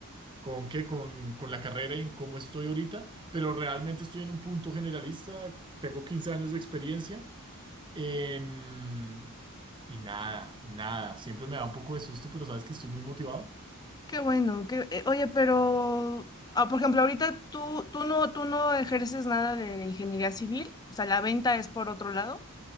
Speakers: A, on the right (about 20°); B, on the left (about 20°).
A: con, qué, con, con la carrera y en cómo estoy ahorita, pero realmente estoy en un punto generalista, tengo 15 años de experiencia em, y nada, nada, siempre me da un poco de susto, pero sabes que estoy muy motivado
B: Qué bueno. Qué... eh, oye, pero, ah, por ejemplo, ahorita tú, tú no, tú no ejerces nada de ingeniería civil, o sea, la venta es por otro lado.